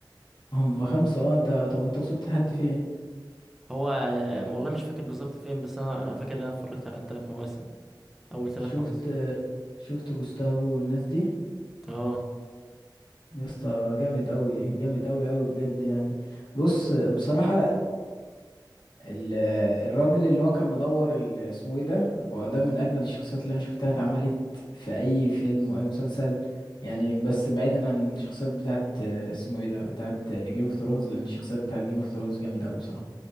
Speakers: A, on the left (about 70°); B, in the centre.
A: هم خمسة اه انت طب انت وصلت لحد فين
B: هو آه، والله مش فاكر بالظبط فين بس انا انا فاكر ان انا اتفرجت على الثلاث مواسم اول ثلاث
A: شفت
B: مواسم
A: شفت جوستافو والناس دي
B: اه
A: يا اسطى جامد قوي جامد قوي قوي بجد يعني بص بصراحة ال- الراجل اللي هو كان مدور ال- اسمه ايه ده وده من اجمد الشخصيات اللي انا شفتها اتعملت في اي فيلم واي مسلسل يعني بس بعيدا عن الشخصيات بتاعت آه، اسمه ايه ده بتاعت جيم اوف ثرونز لان الشخصيات بتاعت جيم اوف ثرونز جامده قوي بصراحه